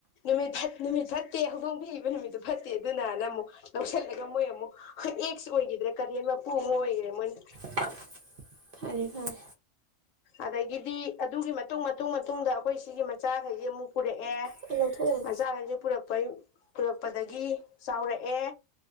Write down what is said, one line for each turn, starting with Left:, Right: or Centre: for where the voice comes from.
Left: ꯅꯨꯃꯤꯠ ꯅꯨꯃꯤꯠ ꯐꯠꯇꯦ ꯍꯧꯗꯣꯡ ꯊꯣꯛꯏꯕ ꯅꯨꯃꯤꯠꯇꯨ ꯐꯠꯇꯦ ꯑꯗꯨꯅꯅ ꯑꯃꯨꯛ ꯂꯧꯁꯤꯜꯂꯒ ꯃꯣꯏ ꯑꯃꯨꯛ ꯐ ꯑꯦꯛꯁ ꯑꯣꯏꯈꯤꯗ꯭ꯔꯥ ꯀꯔꯤ ꯃꯄꯨ ꯑꯃ ꯑꯣꯏꯒꯔꯦ ꯃꯣꯏꯅ
Right: ꯐꯔꯦ ꯐꯔꯦ
Left: ꯑꯗꯒꯤꯗꯤ ꯑꯗꯨꯒꯤ ꯃꯇꯨꯡ ꯃꯇꯨꯡ ꯃꯇꯨꯡꯗ ꯑꯩꯈꯣꯏ ꯁꯤꯒꯤ ꯃꯆꯥꯈꯩꯁꯦ ꯑꯃꯨꯛ ꯄꯨꯔꯛꯑꯦ
Right: ꯑꯩ ꯂꯧꯊꯣꯛ ꯌꯥꯅꯤ
Left: ꯃꯆꯥꯈꯩꯁꯨ ꯄꯨꯔꯛꯄꯩ ꯄꯨꯔꯛꯄꯗꯒꯤ ꯆꯥꯎꯔꯛꯑꯦ